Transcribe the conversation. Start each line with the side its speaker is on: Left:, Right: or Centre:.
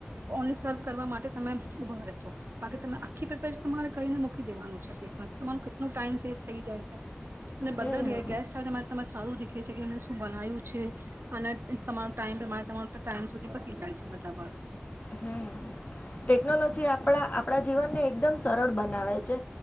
Right: કોને સર્વ કરવા માટે તમે ઉભા રહેશો? બાકી તમે આખી પ્રિપે કરીને તમારે મૂકી દેવાનું છે ફીઝમાં. તમાું ક <unintelligible> ટાઈમ સેફ થઈ જાય છે. અને બધા
Left: હમ
Right: ગેસ્ટ આવે ત્યારે તમારે શું સારું દેખે છે કે એમને શું બનાવ્યું છે અને તમારો ટાઈમ તમારા ટાઈમ સુધી પહોંચી જાય છે બધા.
Left: હમ, ટેકનોલોજી આપડા આપડા જીવનને એકદમ સરળ બનાવે છે.